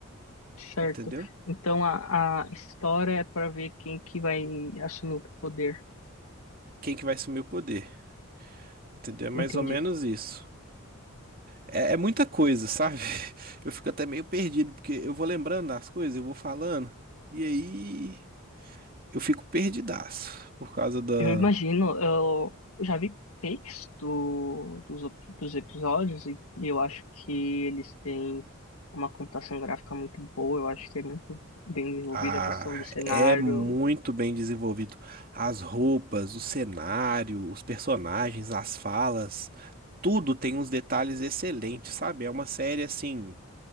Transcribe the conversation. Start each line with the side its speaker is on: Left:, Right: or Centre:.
Left: certo.
Right: Entendeu?
Left: Então a, a história é para ver quem que vai assumir o poder.
Right: Quem que vai assumir o poder? Entendeu? É mais
Left: Entendi.
Right: ou menos isso. É, é muita coisa, sabe? <laughs> Eu fico até meio perdido, porque eu vou lembrando das coisas, eu vou falando. E aí. eu fico perdidaço por causa da.
Left: Eu imagino, eu já vi takes do, dos, op- dos episódios e, e eu acho que eles têm uma computação gráfica muito boa, eu acho que é muito bem desenvolvida
Right: Ah,
Left: a questão de cenário.
Right: é muito bem desenvolvido. As roupas, o cenário, os personagens, as falas, tudo tem uns detalhes excelentes, sabe? É uma série assim,